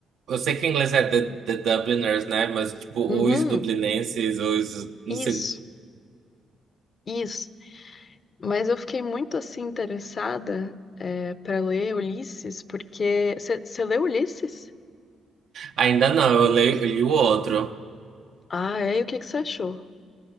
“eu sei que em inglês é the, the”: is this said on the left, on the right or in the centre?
Right